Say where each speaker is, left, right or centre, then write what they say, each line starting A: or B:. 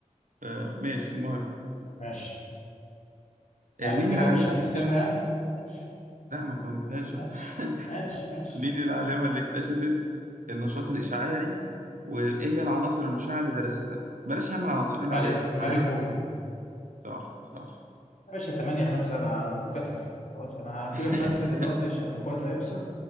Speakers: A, on the right (about 80°); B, on the left (about 65°).
A: آه، ماشي المهم
B: ماشي يعني
A: آه، مين
B: كده
A: العالمه
B: مش هتحسبها
A: اللي اكتشفت
B: يعني ماشي
A: لا ما انت ما قلتهاش
B: ماشي
A: يا اسطى <laughs>
B: ماشي ماشي
A: مين العالمه اللي اكتشفت النشاط الاشعاعي وايه هي العناصر المشعه اللي درستها بلاش يعمل عناصر قول
B: ماري
A: عالمه
B: ماري
A: عالمه
B: كوري
A: صح صح
B: يا باشا 8 5 انا انا مكتسح خلاص انا هسيبك
A: <laughs>
B: بس دلوقتي عشان الموبايل هيفصل